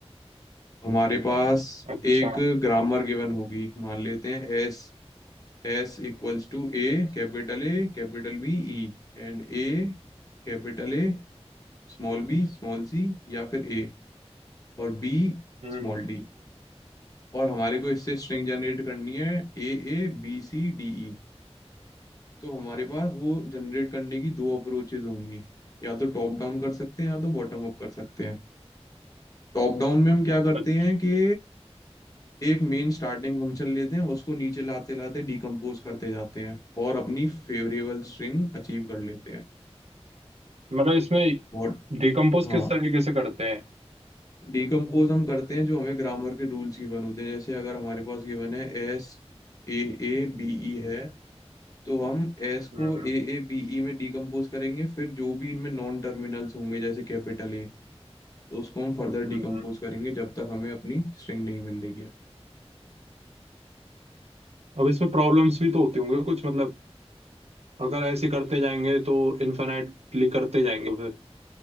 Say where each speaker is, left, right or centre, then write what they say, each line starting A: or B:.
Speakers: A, on the left (about 30°); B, on the right (about 75°).
A: हमारे पास
B: अच्छा
A: एक ग्रामर गिवन होगी मान लेते हैं S S equals to A, capital A, capital B, E and A, capital A, small b, small c या फिर A और B,
B: हम्म
A: small d और हमारे को इससे स्ट्रिंग जनरेट करनी है A A B C D E तो हमारे पास वो जनरेट करने की दो अप्रोचेज होंगी या तो टॉप डाउन कर सकते हैं या तो बॉटम अप कर सकते हैं टॉप डाउन में हम क्या करते
B: अच्छा
A: हैं कि एक मेन स्टार्टिंग फंक्शन लेते हैं उसको नीचे लाते लाते डिकम्पोज करते जाते हैं और अपनी फेवरेबल स्ट्रिंग अचीव कर लेते हैं
B: मतलब इसमें
A: मॉड
B: डिकम्पोज
A: हाँ
B: किस तरीके से करते हैं
A: डिकम्पोज हम करते हैं जो हमें ग्रामर के रूल्स गिवन होते हैं जैसे अगर हमारे पास गिवन है S A A B E है तो हम एस
B: हम्म
A: को ए ए बी ई में डिकम्पोज करेंगे फिर जो भी इनमें नॉन टर्मिनल्स होंगे जैसे कैपिटल ए तो उसको हम फर्दर
B: हम्म
A: डिकम्पोज करेंगे जब तक हमें अपनी स्ट्रिंग नहीं मिल रही है
B: अब इसमें प्रॉब्लम्स भी तो होती होंगे कुछ मतलब अगर ऐसे करते जाएंगे तो इन्फिनाइटली करते जाएंगे तो फिर